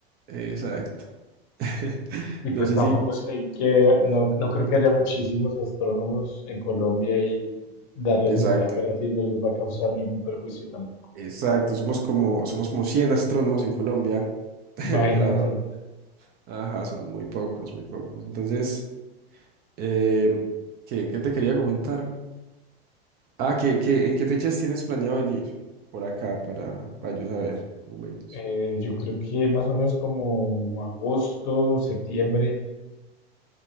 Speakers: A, on the right; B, on the left.
A: eh, exacto. <laughs>
B: Y
A: No
B: pues
A: sé
B: tampoco
A: si.
B: es que, hay que- no, no creo que haya muchísimos astrónomos en Colombia y darles
A: Exacto,
B: entrada gratis no les va a causar ningún perjuicio tampoco.
A: exacto, somos como, somos como 100 astrónomos en Colombia, <laughs>
B: Imagínate,
A: graduados. Ajá, son muy pocos, muy pocos. Entonces, eh, ¿qué, qué te quería comentar? Ah, que, que, ¿en qué fechas tienes planeado venir por acá para, para yo saber momentos?
B: eh, yo creo que más o menos como agosto, septiembre,